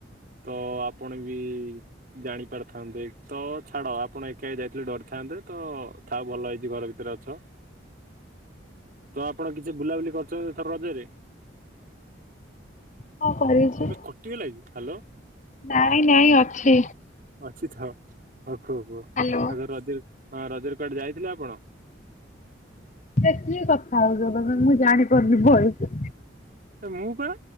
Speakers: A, on the right; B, on the left.
A: ତ ଆପଣ ବି, ଜାଣି ପାରିଥାନ୍ତେ ତ ଛାଡ ଆପଣ ଏକା ଯାଇଥିଲେ ଡରିଥାନ୍ତେ ତ, ଥାଅ ଭଲ ହେଇଚି ଘର ଭିତରେ ଅଛ। ତ ଆପଣ କିଛି ବୁଲାବୁଲି କରିଚନ୍ତି ଏଥର ରଜରେ?
B: କଣ କରିଛି
A: ଏ ବେ କଟି ଗଲା କି ହାଲୋ?
B: ନାଇଁ ନାଇ ଅଛି।
A: ଅଛି ଥାଅ ହଉ କୁହ କୁହ
B: ହ୍ୟାଲୋ।
A: ଆଉ ର-ରଜର ହଁ ରଜରେ କୁଆଡେ ଯାଇଥିଲେ ଆପଣ?
B: ସେ କିଏ କଥା ହଉଚ ତମେ ମୁଁ ଜାଣିପାରୁନି ଭଏସ୍।
A: ଏ ମୁଁ ପା